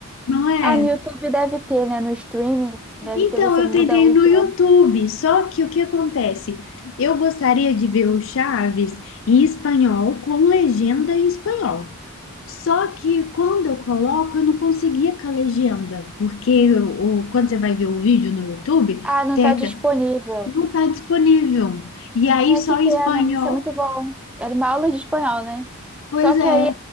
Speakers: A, on the left; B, in the centre.
A: não é?
B: Ah, no YouTube deve ter, né? No streaming deve
A: Então,
B: ter, você
A: eu
B: muda
A: tentei
B: o
A: no
B: idioma.
A: YouTube, só que o que acontece? Eu gostaria de ver o Chaves em espanhol, com legenda em espanhol. Só que quando eu coloco, eu não conseguia com a legenda, porque o, o- quando você vai ver o vídeo no YouTube,
B: Ah, não
A: teca,
B: tá disponível.
A: não está disponível. E aí
B: É,
A: só
B: que pena,
A: em espanhol.
B: ia ser muito bom. Era uma aula de espanhol, né?
A: Pois
B: Só que
A: é.
B: aí,